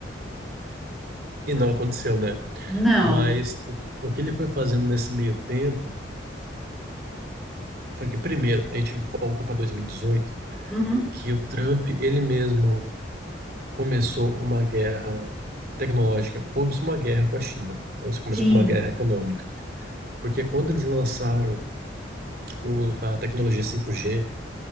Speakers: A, on the right; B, in the centre.
A: E não aconteceu, né?
B: Não.
A: Mas o, que o que ele foi fazendo nesse meio tempo foi que, primeiro, a gente volta para 2018,
B: Uhum.
A: que o Trump, ele mesmo, começou uma guerra tecnológica, começou uma guerra com a China, ou se começou
B: Sim.
A: com uma guerra econômica. Porque quando eles lançaram o- a tecnologia 5G,